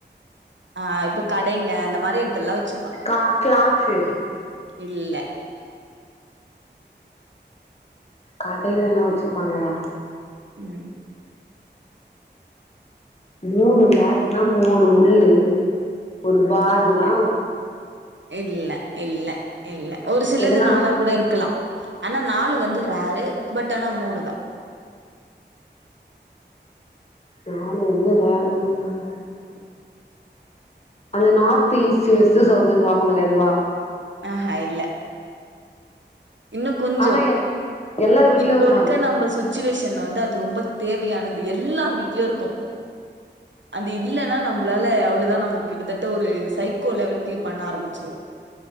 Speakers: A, on the right; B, on the left.
A: அ இப்ப கடைங்க அந்த மாரி எத்துல்லா வச்சுப்பாங்கோ
B: கா கிளாக்கு
A: இல்ல
B: கடைங்கல்லா வச்சுப்பாங்களா
A: உம்
B: மூணு பேட்டுனா மூணு முள்ளு ஒரு பால்னா
A: இல்ல இல்ல இல்ல இல்ல ஒரு சிலது
B: எதனா
A: நாளா கூட இருக்கலா ஆனா நாலு வந்து ரேரு பட் ஆனா மூணுதா
B: நாலு வந்து ரேறுமோ நா <unintelligible> அந்த நார்த் ஈஸ்ட் வெஸ்ட் சவுத்துன்னு பாப்பாங்களே அதுவா
A: அ அ இல்ல இன்னு கொஞ்சோ
B: ஆனா எ எல்லார் வீட்லயு
A: இப்போ
B: இருக்கு
A: ருக்க
B: அது
A: நம்ப சுத் சுச்சுவேஷன் வந்து அது ரொம்ப தேவையானது எல்லார் வீட்ல்யு இருக்கு அது இல்லனா நம்ப்ளால அவ்ளோதா நம்ம கிட்டத்தட்ட ஒரு சைக்கோ லெவலுக்கு பண்ண ஆரம்பிச்சிர்வோ